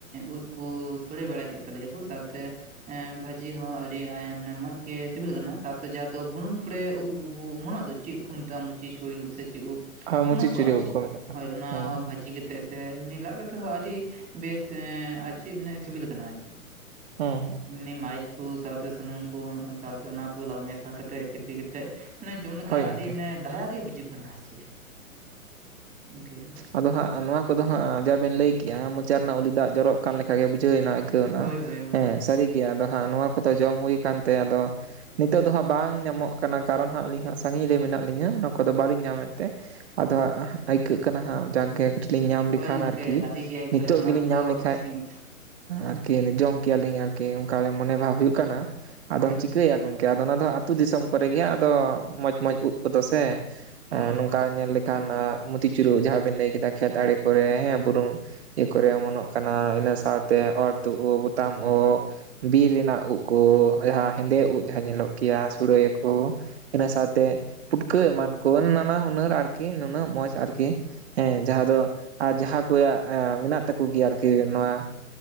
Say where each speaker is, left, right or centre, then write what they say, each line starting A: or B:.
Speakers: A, on the right; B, on the right.
A: ᱩᱫ ᱠᱚ ᱥᱳᱚᱲᱮ ᱵᱟᱲᱟ ᱠᱮᱫ ᱛᱟᱞᱮᱭᱟᱠᱚ, ᱥᱟᱶᱛᱮ ᱵᱷᱟᱹᱡᱤ ᱦᱚᱸ ᱟᱹᱰᱤ ᱢᱚᱸᱡᱽᱜᱤ ᱥᱤᱵᱤᱞ ᱟᱠᱟᱱᱟ ᱥᱟᱣᱛᱮ ᱡᱟᱦᱟᱸ ᱫᱚ ᱵᱩᱞᱩᱝ ᱯᱷᱚᱨᱮ ᱩᱵ ᱠᱚ ᱠᱚ ᱚᱢᱚᱱᱚᱜ ᱫᱚ ᱪᱮᱫ ᱠᱚ ᱢᱮᱛᱟᱜᱼᱟ ᱢᱩᱪᱤ ᱪᱷᱩᱲᱤ ᱩᱵ ᱥᱮ ᱪᱮᱫ ᱩᱫ
B: ᱦᱳᱭ ᱢᱩᱪᱤ
A: ᱚᱱᱟ ᱠᱚ
B: ᱪᱩᱨᱤ
A: ᱟᱨ
B: ᱩᱫ
A: ᱪᱮᱫ
B: ᱢᱮᱛᱟᱜ ᱠᱟᱱᱟ
A: ᱦᱳᱭ ᱚᱱᱟ
B: ᱦᱮᱸ
A: ᱦᱚᱸ ᱵᱷᱟᱹᱡᱤ ᱠᱟᱛᱮᱫ ᱥᱮ ᱮᱢᱱᱤ ᱞᱟᱫ ᱠᱟᱛᱮ ᱦᱚᱸ ᱟᱹᱰᱤ ᱵᱮᱥ ᱟᱨ ᱪᱮᱫ ᱢᱟᱱᱮ ᱥᱤᱵᱤᱞ ᱠᱟᱱᱟ ᱟᱨ ᱪᱮᱫ᱾
B: ᱦᱮᱸ ᱦᱮᱸ᱾
A: ᱮᱢᱱᱤ ᱢᱟᱹᱨᱤᱪ ᱠᱚ ᱥᱟᱶᱛᱮ ᱥᱩᱱᱩᱢ ᱠᱚ ᱥᱟᱶᱛᱮ ᱚᱱᱟ ᱠᱚ ᱢᱮᱥᱟ ᱠᱟᱛᱮᱫ ᱥᱤᱯᱤ ᱠᱟᱛᱮᱫ ᱢᱟᱱᱮ ᱡᱚᱢ ᱞᱮᱠᱷᱟᱱ
B: ᱦᱳᱭ ᱜᱚᱝᱠᱮ
A: ᱟᱹᱰᱤ ᱢᱟᱱᱮ ᱫᱟᱭᱟ ᱜᱮ ᱵᱩᱡᱩᱜ ᱠᱟᱱᱟ ᱟᱨ ᱪᱮᱫ᱾ ᱜᱚᱝᱠᱮ
B: ᱟᱫᱚ ᱦᱟᱸᱜ ᱱᱚᱣᱟ ᱠᱚᱫᱚ ᱦᱟᱸᱜ ᱡᱟᱵᱮᱱ ᱞᱟᱹᱭ ᱠᱮᱫᱮᱜᱼᱟ ᱢᱚᱪᱟ ᱨᱮᱱᱟᱜ ᱩᱞᱤ ᱫᱟᱜ ᱡᱚᱨᱚᱜ ᱠᱟᱱ ᱞᱮᱠᱟᱜᱮ ᱵᱩᱡᱷᱟᱹᱣ ᱮᱱᱟ᱾ <unintelligible> ᱱᱟ
A: ᱦᱳᱭ ᱦᱳᱭ ᱜᱚᱝᱠᱮ
B: ᱦᱮᱸ ᱥᱟᱹᱨᱤ ᱜᱮ ᱟᱫᱚ ᱦᱟᱸᱜ ᱱᱚᱶᱟ ᱠᱚᱫᱚ ᱡᱚᱢ ᱦᱩᱭ ᱟᱠᱟᱱ ᱛᱮᱭ ᱟᱫᱚ ᱱᱤᱛᱚᱜ ᱫᱚ ᱦᱟᱸᱜ ᱵᱟᱝ ᱧᱟᱢᱚᱜ ᱠᱟᱱᱟ ᱠᱟᱨᱚᱱ ᱦᱟᱸᱜ ᱟᱹᱞᱤᱧ ᱦᱟᱸᱜ ᱥᱟᱺᱜᱤᱧ ᱨᱮ ᱢᱮᱱᱟᱜ ᱞᱤᱧᱟᱹ ᱱᱚᱣᱟ ᱠᱚᱫᱚ ᱵᱟᱟᱹᱞᱤᱧ ᱧᱟᱢᱮᱫ ᱛᱮ ᱟᱫᱚ ᱦᱟᱸᱜ ᱟᱹᱭᱠᱟᱹᱜ ᱠᱟᱱᱟᱜ ᱦᱟᱸᱜ ᱡᱟᱜᱜᱮ ᱠᱟᱹᱴᱤᱡ ᱞᱤᱧ ᱧᱟᱢ
A: ᱦᱳᱭ
B: ᱞᱮᱠᱷᱟᱱ
A: ᱜᱚᱝᱠᱮ
B: ᱟᱨᱠᱤ
A: ᱟᱹᱰᱤ ᱜᱮ ᱮᱠᱵᱟᱨᱮ
B: ᱱᱤᱛᱚᱜ
A: ᱚᱱᱟ
B: ᱜᱮᱞᱤᱧ
A: ᱠᱚᱫᱚ
B: ᱧᱟᱢ ᱞᱮᱠᱷᱟᱡ
A: ᱥᱤᱢᱤᱛ
B: ᱟᱨᱠᱤ ᱡᱚᱢ ᱠᱮᱭᱟᱞᱤᱧ ᱟᱨᱠᱤ ᱚᱱᱠᱟᱜᱮ ᱢᱚᱱᱮ ᱵᱷᱟᱵ ᱦᱩᱭᱩᱜ ᱠᱟᱱᱟ ᱟᱫᱚᱢ
A: ᱦᱳᱭ ᱦᱳᱭ
B: ᱪᱤᱠᱟᱹᱭᱟ ᱜᱚᱝ ᱟᱫᱚ ᱚᱱᱟ ᱫᱚ ᱟᱹᱛᱩ ᱫᱤᱥᱚᱢ ᱠᱚᱨᱮ ᱜᱮ ᱦᱟᱸᱜ ᱟᱫᱚ ᱢᱚᱸᱡᱽ ᱢᱚᱸᱡᱽ ᱩᱵ ᱠᱚᱫᱚ ᱥᱮ
A: ᱦᱳᱭ
B: ᱱᱚᱝᱠᱟ ᱧᱮᱞ ᱠᱷᱟᱱ ᱟᱜ ᱢᱩᱛᱤᱪᱩᱨᱩ ᱡᱟᱦᱟᱸ ᱵᱮᱱ ᱞᱟᱹᱭ ᱠᱮᱫᱟ ᱠᱷᱮᱛ ᱟᱲᱮ ᱠᱚᱨᱮ ᱦᱮᱸ ᱵᱩᱨᱩ ᱤᱭᱟᱹ ᱠᱚᱨᱮ ᱚᱢᱚᱱᱚᱜ ᱠᱟᱱᱟ ᱤᱱᱟᱹ ᱥᱟᱶᱛᱮ ᱚᱨ ᱛᱩᱫ ᱵᱳᱛᱟᱢ ᱩ ᱵᱤᱨ ᱨᱮᱱᱟᱜ ᱩᱵ ᱠᱚ ᱡᱟᱦᱟᱸ ᱦᱮᱸᱫᱮ ᱩᱵ ᱡᱟᱦᱟᱸ ᱧᱮᱞᱚᱜ ᱜᱮᱭᱟ ᱥᱩᱲᱮᱭᱟᱠᱚ ᱤᱱᱟᱹ ᱥᱟᱶᱛᱮ ᱯᱩᱴᱠᱟᱹ ᱮᱢᱟᱱ ᱠᱚ ᱱᱟᱱᱟ ᱦᱩᱱᱟᱹᱨ ᱟᱨᱠᱤ ᱱᱩᱱᱟᱹᱜ ᱢᱚᱸᱡᱽ ᱟᱨᱠᱤ ᱦᱮᱸ ᱡᱟᱦᱟᱸ ᱫᱚ ᱟᱨ ᱡᱟᱦᱟᱸ ᱠᱚᱭᱟᱜ ᱢᱮᱱᱟᱜ ᱛᱟᱠᱚ ᱜᱮᱭᱟ ᱟᱨᱠᱤ ᱱᱚᱣᱟ᱾